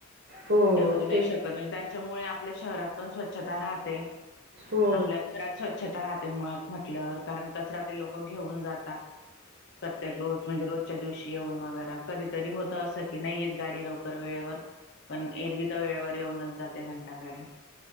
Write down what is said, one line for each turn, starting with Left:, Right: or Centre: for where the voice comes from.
Right: हो
Left: ते होऊ नाही
Right: तेच
Left: शकत म्हणजे त्यांच्यामुळे आपल्या शहरात पण स्वच्छता राहते.
Right: हो
Left: आपल्या घरात स्वच्छता राहते मुळात म्हटलं कारण कचरा ते लोक घेऊन जातात. प्रत्येक रोज म्हणजे रोजच्या दिवशी येऊन वगैरे कधीतरी होत असं की नाही येत गाडी लवकर वेळेवर. पण एरवी तर वेळेवर येऊनच जाते घंटा गाडी.